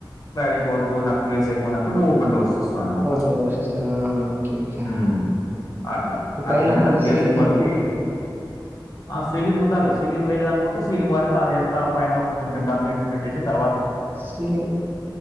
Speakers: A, on the left; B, on the right.
A: స్లైడింగ్ వద్దు నాకు ప్లేస్ ఎక్కుందనుకో ఓపన్ డోర్స్ ఇస్తాం అన్నమాట.
B: ఓపేన్ డోర్స్ ఇస్తారా హ ఓకే ఓకే
A: హ్మ్. అట్లా
B: ఇది పైన
A: అదేందంటే ప్లేసుని
B: సీలింగ్
A: బట్టి
B: ఉండదు,
A: ఆ సీలింగ్ ఉండాలి సీలింగ్ లేదనుకుంటే సీలింగ్ వరకు అది ఎంత పైన ఒక కొంచెం డమ్ ఇడ్సి పెట్టేసి తర్వా
B: సీలింగ్